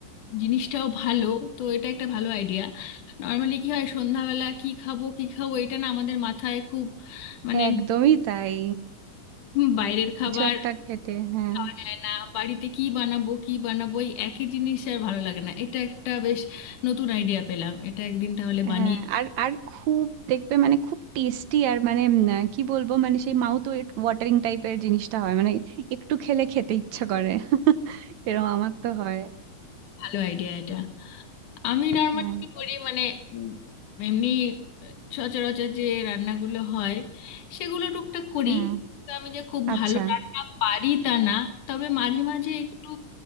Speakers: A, on the left; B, on the right.
A: জিনিসটাও ভালো তো এটা একটা ভালো আইডিয়া নর্মালি কি হয় সন্ধ্যাবেলা কি খাবো কি খাবো এটা না আমাদের মাথায় খুব মানে
B: একদমই তাই
A: হুম, বাইরের খাবার
B: কিছু একটা খেতে হ্যাঁ
A: খাওয়া যায় না বাড়িতে কি বানাবো কি বানাবো এই একই জিনিস আর ভালো লাগে না এটা একটা বেশ নতুন আইডিয়া পেলাম এটা একদিন তাহলে বানিয়ে
B: হ্যাঁ আর আর খুব দেখবে মানে খুব টেস্টি আর মানে উম, আহ, কি বলবো মানে সেই মাউথ ওয়াটারিং টাইপের জিনিসটা হয় মানে একটু খেলে খেতে ইচ্ছা করে <laughs> এরকম আমার তো হয়
A: ভালো আইডিয়া এটা আমি নর্মালি
B: হ্যাঁ
A: কি করি মানে হুম, এমনি আহ, সচরাচর যে রান্নাগুলো হয় সেগুলো টুকটাক করি
B: হ্যাঁ
A: তো আমি যে খুব
B: আচ্ছা
A: ভালো রান্না পারি তা না তবে মাঝে মাঝে একটু